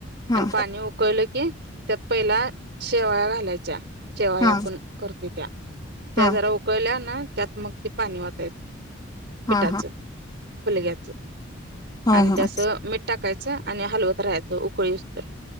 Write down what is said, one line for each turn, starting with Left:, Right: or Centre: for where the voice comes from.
Left: हा
Right: आणि
Left: हा
Right: पाणी उकळलं की त्यात पहिला शेवाळ्या घालायच्या शेवाळ्या
Left: हा
Right: आपण करतोय त्या
Left: हा
Right: जरा उकळल्या ना त्यात मग ते पाणी वतायचं -
Left: हा
Right: पिठाचं -खुलग्याचं
Left: हा
Right: आणि त्या
Left: हा
Right: असं मीठ टाकायचं आणि हलवत राहायचं उकळी येउसतर